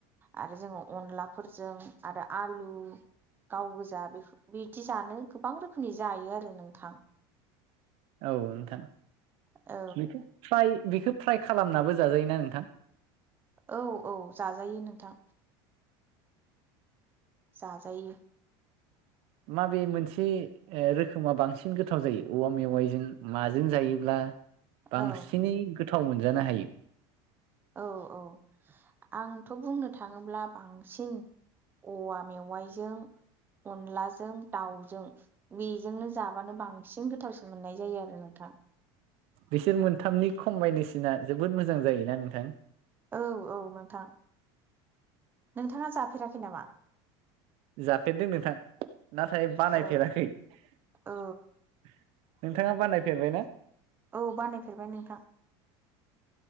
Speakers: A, on the right; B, on the right.
A: आरो जोङो अनलाफोरजों आरो आलु गाव गोजा बिदि जानो गोबां रोखोमनि जायो आरो नोंथां।
B: औ नोंथां
A: औ
B: बेखौ फ्राय बेखो फ्राय खालामनाबो जाजायोना नोंथां?
A: औ औ जाजायो नोंथां। जाजायो।
B: माबे मोनसे ओ रोखोमा बांसिन गोथाव जायो औवा मेवाइजों माजों जायोब्ला
A: औ
B: बांसिनै गोथाव मोनजानो हायो?
A: औ औ आंथ' बुंनो थाङोब्ला बांसिन औवा मेवाइजों अनलाजों दाउजों बेजोंनो जाबानो बांसिन गोथावसिन मोननाय जायो आरो नोंथां
B: बिसोर मोनथामनि कम्बाइनेसेना जोबोद मोजां जायोना नोंथां
A: औ औ नोंथां नोंथाङा जाफेराखै नामा
B: जाफेरदों नोंथां नाथाय बानायफेराखै
A: औ
B: नोंथाङा
A: औ
B: बानायफेरबाय ना
A: औ बानायफेरबाय नोंथां